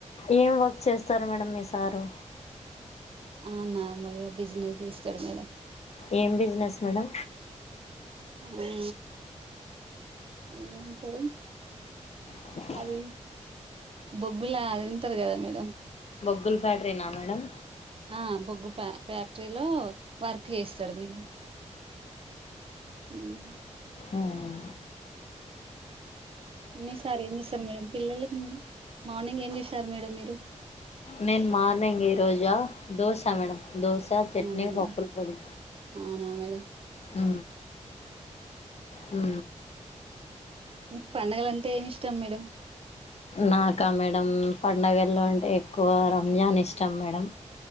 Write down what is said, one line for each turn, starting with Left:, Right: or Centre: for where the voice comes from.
Left: ఏం వర్క్ చేస్తారు మేడం మీ సారు
Right: ఆ నార్మల్గా బిజినెస్ చేస్తాడు మేడం
Left: ఏం బిజినెస్ మేడం
Right: ఆ ఏం ఉంటాది
Left: అ...
Right: అది బొగ్గులా ఉంటది కదా మేడము
Left: బొగ్గుల ఫ్యాక్టరీనా మేడం
Right: ఆ బొగ్గు ఫ ఫ్యాక్టరీలో వర్క్ చేస్తాడు మీ హ్
Left: ఆ అవును
Right: మీ సార్ ఏం చేస్తారు మేడం పిల్లలు మార్నింగ్ ఏం చేశారు మేడం మీరు
Left: నేను మార్నింగ్ ఈరోజ దోశ మేడం దోశ చట్నీ
Right: అవును
Left: పప్పుల
Right: మేడం
Left: పొడి
Right: అవునా మేడం
Left: హ్ హ్
Right: మీకు పండగల అంటే ఏమి ఇష్టం మేడం
Left: నాకా మేడం పండగల్లో అంటే ఎక్కువ రంజాన్ ఇష్టం మేడం